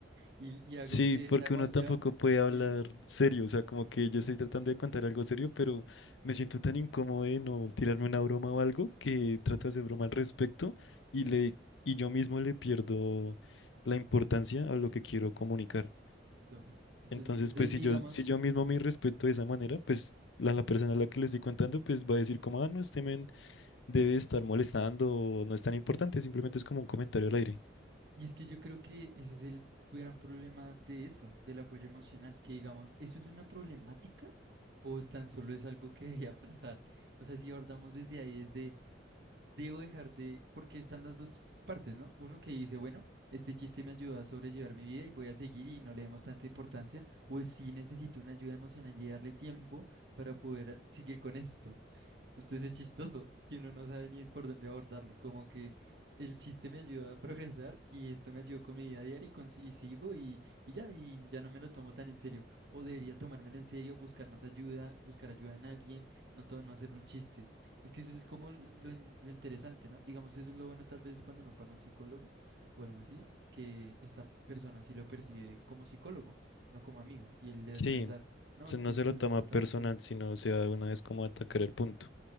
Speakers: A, on the right; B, on the left.
A: y, y hago
B: Sí,
A: que
B: porque
A: esa emoción,
B: uno tampoco puede
A: sí,
B: hablar serio, o sea, como que yo estoy tratando de contar algo serio, pero me siento tan incómodo de no tirarme una broma o algo que trato de hacer broma al respecto y le y yo mismo le pierdo la importancia a lo que quiero comunicar.
A: exacto. Eso
B: Entonces,
A: es, no sé,
B: pues
A: y
B: si
A: digamos...
B: yo si yo mismo me respeto de esa manera, pues la, la persona a la que le estoy contando, pues va a decir como, ah, no, este men debe estar molestando, no es tan importante, simplemente es como un comentario al aire.
A: Y es que yo creo que ese es el gran problema de eso, del apoyo emocional, que digamos, ¿esto es una problemática o tan solo es algo que <laughs> debería pasar? O sea, si abordamos desde ahí, desde, debo dejar de, porque están las dos partes, ¿no? Uno que dice, bueno, este chiste me ayuda a sobrellevar mi vida y voy a seguir y no le demos tanta importancia, o si necesito una ayuda emocional y darle tiempo para poder seguir con esto. Entonces es chistoso que uno no sabe ni por dónde abordarlo. Como que el chiste me ayuda a <laughs> progresar y esto me ayudó con mi vida diaria y, consi- y sigo y, y ya, y ya no me lo tomo tan en serio. O debería tomármelo en serio, buscar más ayuda, buscar ayuda en alguien, no, to- no hacerlo un chiste. Es que eso es como lo, in- lo interesante, ¿no? Digamos, eso es lo bueno tal vez cuando uno paga un psicólogo o algo así, que esta persona sí lo percibe como psicólogo, no como amigo. Y él le va
B: Sí,
A: a expresar, no,
B: se-
A: es
B: no
A: que esto
B: se lo
A: es
B: toma
A: lo importante.
B: personal, sino o sea de una vez como a atacar el punto.